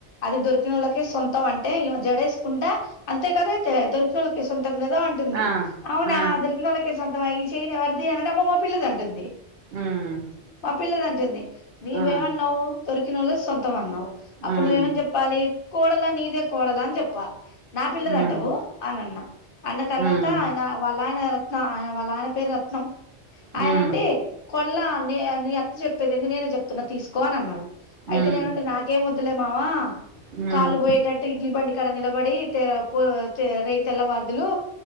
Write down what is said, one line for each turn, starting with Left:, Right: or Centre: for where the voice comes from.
Left: అది దొరికిన వాళ్ళకే సొంతం అంటే జడేష్ కుంట అంతే కదా దే దొరికినోళ్ళకి సొం తంగదూ అంటుంది
Right: ఆ
Left: అవునా
Right: ఆ
Left: దొరికిన వాళ్ళకి కొంత వయ్ చేయని ఎవరిది అనడమో మా పిల్లది అంటుంది
Right: మ్మ్
Left: మా పిల్లదంటుంది నీవేమన్నావు
Right: ఆ
Left: దొరిక్ కినోళ్ల సొంతమన్నవ్ అప్పుడు
Right: మ్మ్
Left: నువ్వేమని జెప్పాలి కోడలా నీదే కోడలంత్ జెప్పాల్ నా పిల్లదంటవు
Right: మ్మ్
Left: అని అన్న అన్న తర్వాత
Right: మ్మ్
Left: ఇంగ వాళ్ళ ఆయన నా ఆయన వాళ్ ఆయన పేరు రత్నం ఆయనుండి
Right: మ్మ్
Left: కొడ్ల అండి నీ అత్త చెప్పేదేందీ నేనే చెప్తున్నా తీసుకో అనన్నాడు
Right: మ్మ్
Left: అయితే నేనుండి నాకేమ్ వద్ దులేమవా
Right: మ్మ్
Left: కాలు పోయేటట్టు ఇడ్లీ బండి బడి తెరా పో తే రైయ్ వారుదులు